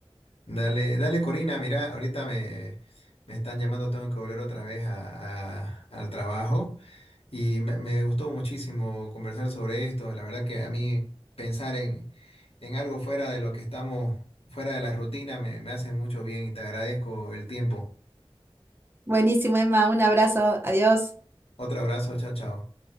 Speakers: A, on the left; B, on the right.
A: Dale, dale Corina, mira, ahorita me, me están llamando, tengo que volver otra vez a- a- al trabajo y me, me gustó muchísimo conversar sobre esto. La verdad que a mí pensar en, en algo fuera de lo que estamos, fuera de la rutina, me, me hace mucho bien y te agradezco el tiempo.
B: Buenísimo, Emma, un abrazo, adiós.
A: Otro abrazo, chao, chao.